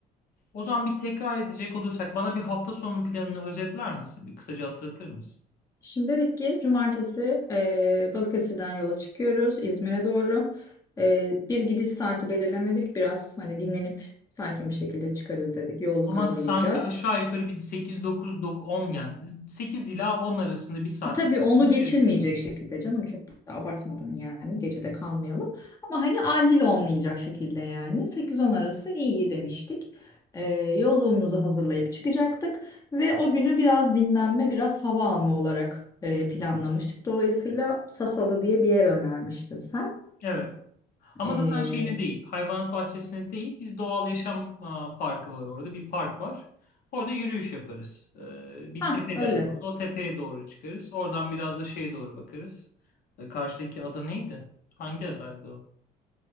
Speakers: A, on the left; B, on the left.
A: O zaman bir tekrar edecek olursak bana bir hafta sonunun planını özetler misin? Bir kısaca hatırlatır mısın?
B: Şimdi dedik ki cumartesi e, Balıkesir'den yola çıkıyoruz İzmir'e doğru. E, bir gidiş saati belirlemedik. Biraz hani dinlenip sakin bir şekilde çıkarız dedik. Yolluk
A: Ama
B: hazırlayacağız.
A: sanki aşağı yukarı bir 8, 9, 10 yani 8 ila 10 arasında bir saatte
B: Tabii
A: çıkmamız
B: onu geçirmeyecek
A: gerekiyor.
B: şekilde canım çok da abartmadan yani gecede kalmayalım. Ama hani acil olmayacak şekilde yani 8-10 arası iyi demiştik. Ee, yolluğumuzu hazırlayıp çıkacaktık ve o günü biraz dinlenme biraz hava alma olarak e, planlamıştık. Dolayısıyla Sasalı diye bir yer önermiştin sen.
A: Evet. Ama
B: Ee,
A: zaten şeyine değil, hayvanat bahçesine değil, biz doğal yaşam aa, parkı var orada, bir park var. Orada yürüyüş yaparız. Ee, bir
B: ha
A: tepe
B: öyle.
A: de var orada. O tepeye doğru çıkarız. Oradan biraz da şeye doğru bakarız. Ee, karşıdaki ada neydi? Hangi adaydı o?